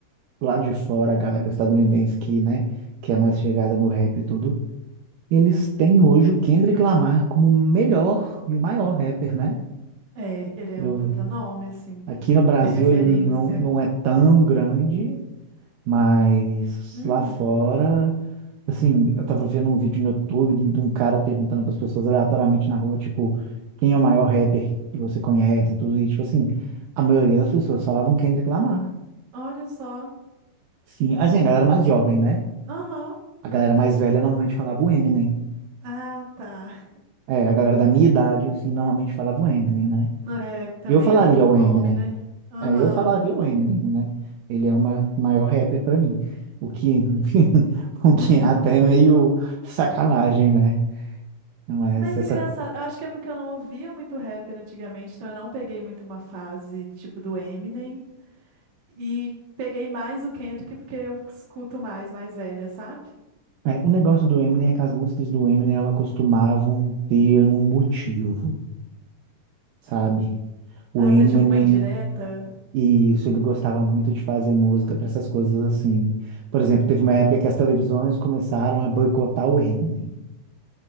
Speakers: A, on the right; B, on the right.
A: lá de fora, a galera estadunidense que, né, que é mais chegada no rap e tudo, eles têm hoje o Kendrick Lamar como o melhor e o maior rapper, né?
B: É, ele é
A: Eu-
B: um puta nome, assim,
A: Aqui no Brasil
B: de referência.
A: ele não, não é tão grande, Mas
B: Uhum.
A: lá fora, assim, eu tava vendo um vídeo no YouTube de de um cara perguntando para as pessoas aleatoriamente na rua, tipo, quem é o maior rapper que você conhece, tudo isso, tipo assim, a maioria das pessoas falavam Kendrick Lamar.
B: Olha só.
A: Sim, assim, a galera mais jovem, né?
B: Aham.
A: A galera mais velha normalmente falava o Eminem.
B: Ah, tá.
A: É, a galera da minha idade, assim, normalmente falava o Eminem, né?
B: É, também
A: Eu falaria
B: é outro
A: o
B: nome,
A: Eminem.
B: né? Aham.
A: É, eu falaria o Eminem, né? Ele é o ma- maior rapper pra mim. O que, <laughs> o que
B: <laughs>
A: é até meio sacanagem, né? Mas
B: Mas
A: essa,
B: é engraçado, eu acho que é porque eu não ouvia muito rapper antigamente, então eu não peguei muito uma fase tipo do Eminem e peguei mais o Kendrick porque eu escuto mais, mais velha, sabe?
A: é, o negócio do Eminem é que as músicas do Eminem elas costumavam ter um motivo, sabe? O
B: Ah,
A: Eminem,
B: ser tipo uma indireta?
A: e isso, ele gostava muito de fazer música para essas coisas assim. Por exemplo, teve uma época que as televisões começaram a boicotar o Eminem.